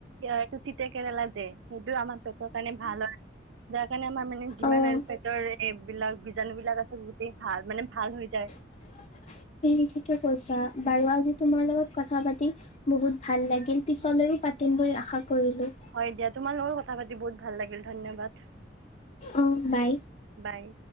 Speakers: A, on the right; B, on the left.
A: এইটো তিতা কেৰেলা যে সেইটোও আমাৰ পেটৰ কাৰণে ভাল হয়। যাৰ কাৰণে আমাৰ মানে যিমান
B: অ',
A: আৰু পেটৰ এইবিলাক বীজাণু বিলাক আছে গোটেই। ভাল মানে ভাল হৈ যায়।
B: <unintelligible> তু ঠিকে কৈছা বাৰু আজি তোমাৰ লগত কথা পাতি বহুত ভাল লাগিল। পিছলৈও পাতিম বুলি আশা কৰিলোঁ।
A: হয় দিয়া তোমাৰ লগত কথা পাতি বহুত ভাল লাগিল ধন্যবাদ
B: অ', বাই।
A: বাই